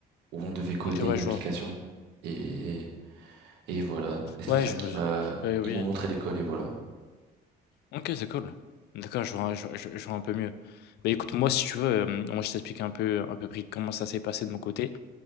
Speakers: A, on the right; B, on the left.
A: où on devait coder
B: OK, ouais,
A: une
B: je
A: application.
B: vois.
A: Et, et voilà. Et c'est
B: Ouais,
A: ça
B: je
A: qui
B: me
A: m'a.
B: oui, oui.
A: Ils m'ont montré l'école et voilà.
B: OK, c'est cool. D'accord, je vois je je je vois un peu mieux. Bah, écoute, moi, si tu veux, hem, moi, je t'explique un peu un peu pri comment ça s'est passé de mon côté.